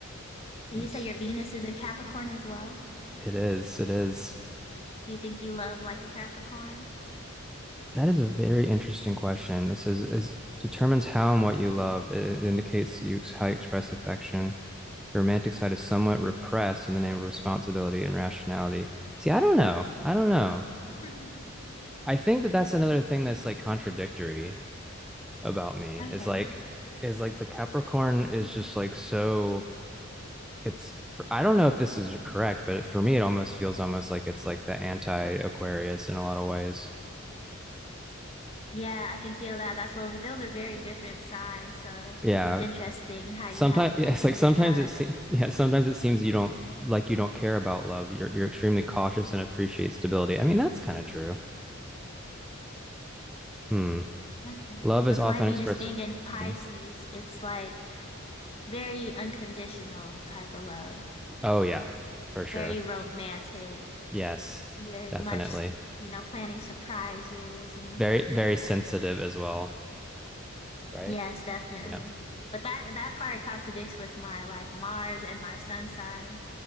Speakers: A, on the left; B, in the centre.
A: You
B: let's
A: say
B: see
A: your Venus is in Capricorn as well.
B: It is. It is.
A: Do you think you love like a Capricorn?
B: That is a very interesting question. This is, is determines how and what you love. It, it indicates you ex- how you express affection. The romantic side is somewhat repressed in the name of responsibility and rationality. See, I don't know. I don't know.
A: <laughs>
B: I think that that's another thing that's like contradictory about me
A: Okay.
B: is like is like the Capricorn is just like so it's for, I don't know if this is correct, but for me it almost feels almost like it's like the anti-Aquarius in a lot of ways.
A: Yeah, I can feel that. That's well, those are very different signs, so
B: Yeah,
A: it's interesting how
B: sometimes
A: you have
B: it's
A: those in
B: like
A: your
B: sometimes
A: chart.
B: it seems yeah sometimes it seems you don't like you don't care about love you're you're extremely cautious and appreciate stability i mean that's kind of true hmm
A: Okay.
B: love is
A: With
B: often
A: my Venus
B: expressed
A: being in Pisces,
B: yeah.
A: it's like very unconditional type of love,
B: oh yeah for sure
A: very romantic,
B: yes
A: very
B: definitely
A: much, you know, planning surprises and
B: very very sensitive as well right
A: yes, definitely.
B: yeah
A: But that that part contradicts with my like Mars and my sun sign